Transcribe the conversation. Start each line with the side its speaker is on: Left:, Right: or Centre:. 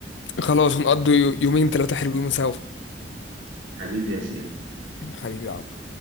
Left: خلاص ونقضي يومين ثلاثة حلوين سوا
Right: حبيبي يا زياد
Left: حبيبي يا عمرو